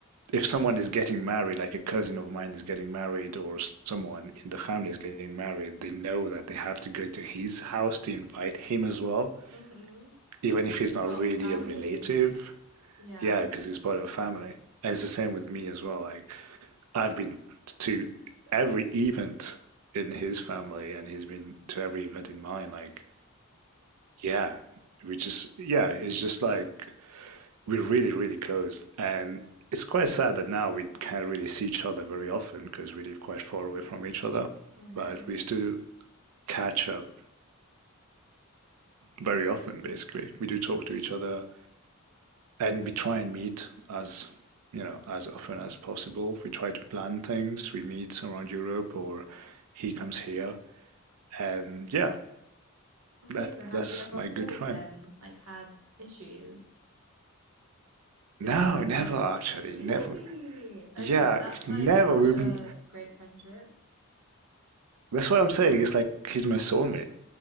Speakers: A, on the right; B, on the right.
A: if someone is getting married, like a cousin of mine is getting married, or s- someone in the family is getting married, they know that they have to go to his house to invite him as well,
B: Mm-hmm.
A: even
B: Because
A: if he's
B: he's
A: not
B: part
A: really
B: of the family.
A: a relative
B: Yeah.
A: yeah, because it's part of a family. And it's the same with me as well. Like I've been to every event in his family and he's been to every event in mine. Like, yeah, we just, yeah, it's just like we're really, really close. And it's quite sad that now we can't really see each other very often because we live quite far away from each other.
B: Okay.
A: But we still catch up very often, basically. We do talk to each other and we try and meet as you know as often as possible. We try to plan things. We meet around Europe, or he comes here, and yeah,
B: Okay,
A: that
B: so have
A: that's
B: you ever
A: my
B: fought
A: good friend.
B: then? Like had issues
A: No,
B: since you're so
A: never
B: close?
A: actually,
B: Really?
A: never. Yeah,
B: Okay, that's
A: never.
B: like such
A: We've.
B: a great friendship.
A: That's what I'm saying. It's like he's my soulmate,